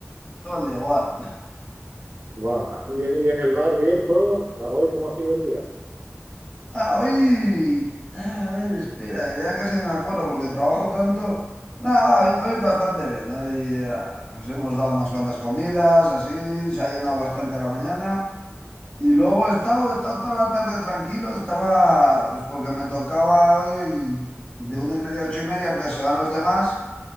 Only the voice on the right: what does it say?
Guau. ¿Y en, y en el bar bien todo? ¿Ah, ¿Hoy cómo ha sido el día?